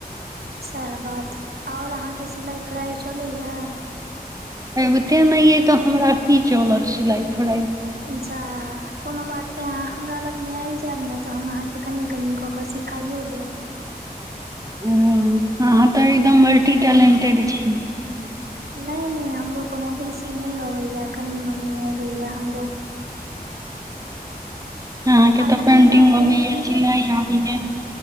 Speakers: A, on the right (about 75°); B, on the right (about 20°).
A: सएह बात ओर अहाँके सिलाइ फराइ चलैए
B: अबिते नहि अे तऽ हमरा की चलत सिलाई फरााई
A: जा कोनो बात नहि आहा हमरा लग मे आबी जायब नै तऽ हम अहाँके कनि कनि कऽ कऽ सिखाईयो देब
B: अहाँ तऽ एकदम मल्टी टैलेंटेड छी
A: नहि नहि हमरो कोनो बेसी नहि अबैया कनी मनी अबैया हमरो
B: <inaudible> अहांके
A: आर नानी
B: तऽ पेंटिंग
A: गाम गेलहुँ
B: अबैय
A: कि
B: सिलाई
A: नहि
B: आबैय